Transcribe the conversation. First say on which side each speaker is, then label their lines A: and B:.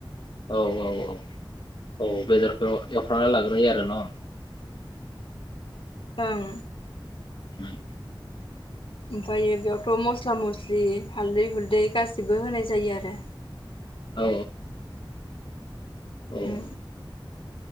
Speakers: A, on the left (about 60°); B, on the left (about 85°).
A: औ औ औ। औ बेदरखौ एवफ्राना लाग्रोयो आरो न?
B: ओं।
A: <unintelligible>
B: उमफायो बेयावथ' मस्ला मस्लि हाल्दै हुलदै गासिब बो होनाय जायो आरो।
A: औ औ।
B: उम